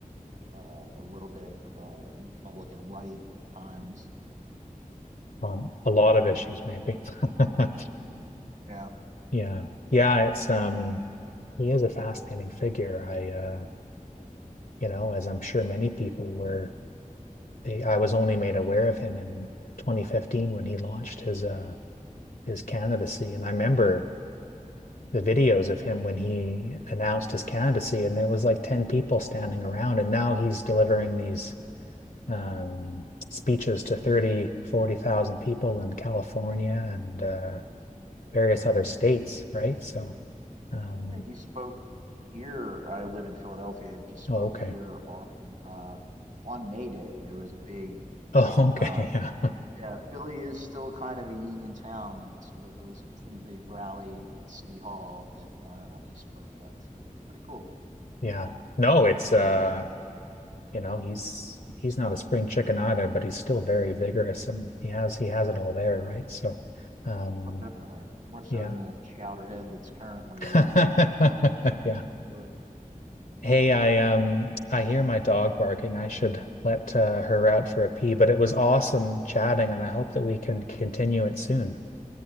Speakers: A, on the right (about 60°); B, on the left (about 90°).
A: uh, a little bit of a Republican light times.
B: Um, a lot of issues, maybe. <laughs>
A: Mm-hmm. Yeah,
B: Yeah. Yeah, it's um he is a fascinating figure. I uh, you know, as I'm sure many people were they I was only made aware of him in 2015 when he launched his uh his candidacy. And I remember the videos of him when he announced his candidacy, and there was like 10 people standing around. And now he's delivering these um, speeches to 30, 40,000 people in California and uh, various other states, right? So, um,
A: he spoke here. I live in Philadelphia, and he spoke
B: oh, okay.
A: here on uh, on May Day. There was a big
B: Oh, okay.
A: uh,
B: <laughs> Yeah.
A: Yeah, Philly is still kind of a union town, and so there was a pretty big rally at City Hall that uh, he spoke at. So it was pretty cool.
B: Yeah. No, it's uh, you know, he's he's not a spring chicken either, but he's still very vigorous and he has he has it all there, right? So, um,
A: Oh, definitely more so
B: yeah.
A: than the chowderhead that's currently
B: <laughs>
A: uh, running.
B: Yeah.
A: For...
B: Hey, I um I hear my dog barking. I should let uh, her out for a pee, but it was awesome chatting, and I hope that we can continue it soon.